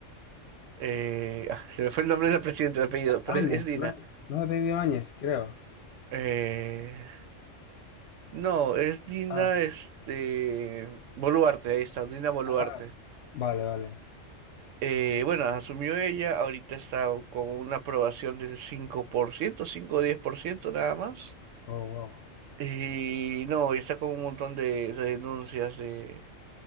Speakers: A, on the right (about 75°); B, on the left (about 65°).
A: eh, <laughs> ah, se me fue el nombre de la presidenta, el apellido, pero
B: Áñez,
A: es, es Dina.
B: no, no ha pedido Áñez, creo.
A: Eh, no, es Dina
B: Ah,
A: este, Boluarte, ahí está, Dina Boluarte.
B: ah, vale, vale.
A: Eh, bueno, asumió ella, ahorita está con una aprobación del 5%, 5 o 10% nada más.
B: Oh, wow.
A: Y no, y está con un montón de, de denuncias de